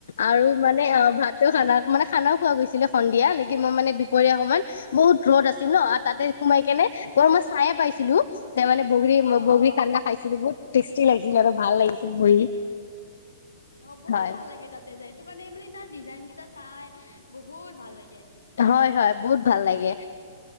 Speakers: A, on the left; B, on the left.
A: আৰু মানে অ ভাতো খানা মানে খানাও খোৱা গৈছিলে সন্ধিয়া লাগে মই মানে দুপৰীয়া মান বহুত ৰ'দ আছিল ন তাতে সোমাই কেনে বৰ মই চাইে পাইছিলো ত মানে বগৰী
B: অ
A: বগৰী
B: অ
A: খান্দা খাইছিলো বহুত টেষ্টি লাগিছিল আৰু ভাল লাগিছিল বহি
B: অ বহুত
A: হয়
B: ভাল লাগে তাতে যাই সেইটো কাৰণে মানে তাৰ ডিজাইন কেইটা চাই বহুত ভাল লাগে
A: হয় হয় বহুত ভাল লাগে